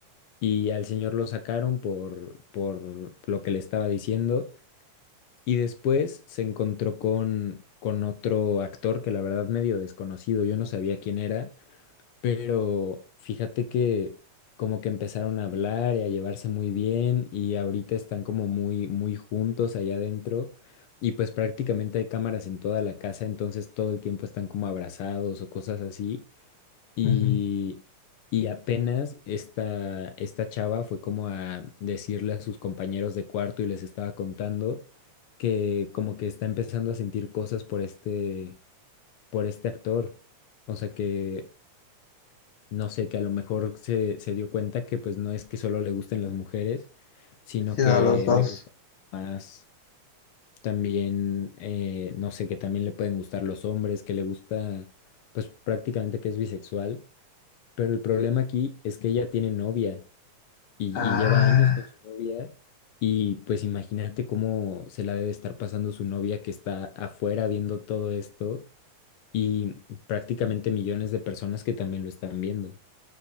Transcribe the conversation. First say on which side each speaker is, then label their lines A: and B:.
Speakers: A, on the left; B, on the left.
A: Y al señor lo sacaron por, por lo que le estaba diciendo. Y después se encontró con, con otro actor que la verdad medio desconocido, yo no sabía quién era pero fíjate que como que empezaron a hablar y a llevarse muy bien y ahorita están como muy, muy juntos allá adentro y pues prácticamente hay cámaras en toda la casa, entonces todo el tiempo están como abrazados o cosas así y,
B: Ujú.
A: y apenas esta, esta chava fue como a decirle a sus compañeros de cuarto y les estaba contando que como que está empezando a sentir cosas por este, por este actor, o sea que no sé, que a lo mejor se, se dio cuenta que pues no es que solo le gusten las mujeres, sino
B: Sí,
A: que
B: no, los dos.
A: le gusta más también, eh, no sé, que también le pueden gustar los hombres, que le gusta, pues prácticamente que es bisexual, pero el problema aquí es que ella tiene novia y,
B: Ah,
A: y lleva años con su novia y pues imagínate cómo se la debe estar pasando su novia que está afuera viendo todo esto. Y prácticamente millones de personas que también lo están viendo.